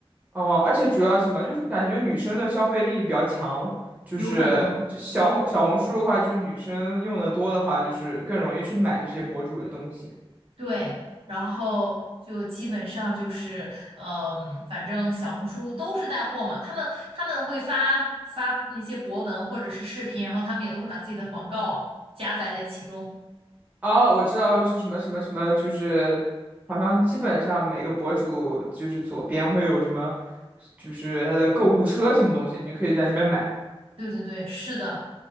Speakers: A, on the right; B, on the right.
A: 哦，而且主要什么就是感觉女生的消费力比较强，就是就小红小红书的话，
B: 有可能。
A: 就是女生用的多的话，就是更容易去买这些博主的东西。
B: 对，然后就基本上就是，嗯、反正小红书都是带货嘛，他们他们会发发那些博文或者是视频，然后他们也都会把自己的广告加载在其中。
A: 哦，我知道，就什么什么什么，就是好像基本上每个博主就是左边会有什么，就是他的购物车什么东西，你就可以在那边买。
B: 对对对，是的，